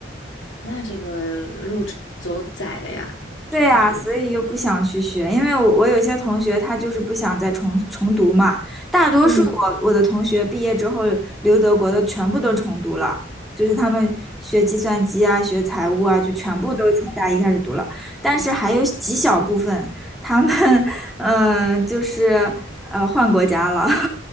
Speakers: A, on the left; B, in the centre.
A: 那这个路只走窄了呀，
B: 对啊，
A: 就感觉，
B: 所以又不想去学，因为我我有些同学他就是不想再重重读嘛，大多数我我的同学毕业之后留德国的全部都重读了，
A: 嗯，
B: 就是他们学计算机啊、学财务啊，就全部都从大一开始读了，但是还有极小部分他们 <laughs> 呃就是呃换国家了，